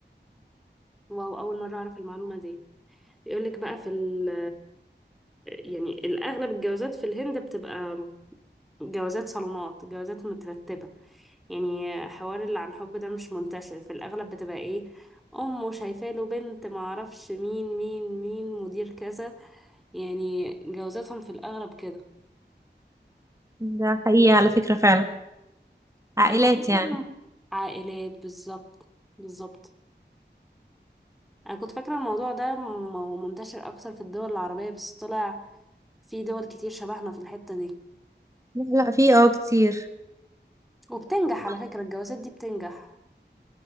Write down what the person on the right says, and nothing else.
ده حقيقي على فكرة فعلا عائلات
يعني
لا لا في اه كتير
بس ما-